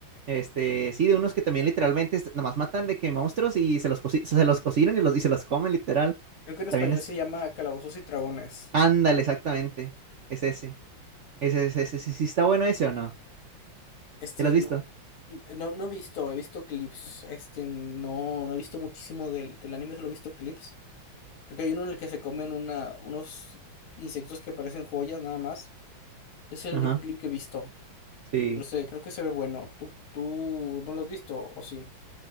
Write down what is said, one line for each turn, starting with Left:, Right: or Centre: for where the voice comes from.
Right: Este, sí, de unos que también literalmente es- nomás matan de que monstruos y se los, coci- se los cocinan y, los, y se los comen literal.
Left: Creo que en español
Right: También es,
Left: se llama Calabozos y Dragones.
Right: ándale, exactamente, es ese, ese, ese, ese, sí, sí está bueno ese o no,
Left: Este,
Right: ¿ya lo has
Left: no,
Right: visto?
Left: no, no he visto, he visto clips. Este, no, no he visto muchísimo del, del anime, solo he visto clips. Creo que hay uno en el que se comen una, unos insectos que parecen joyas nada más. Ese Es
Right: Ajá,
Left: el único clip que he visto.
Right: sí.
Left: Pero sé, creo que se ve bueno. ¿Tú, tú no lo has visto o sí?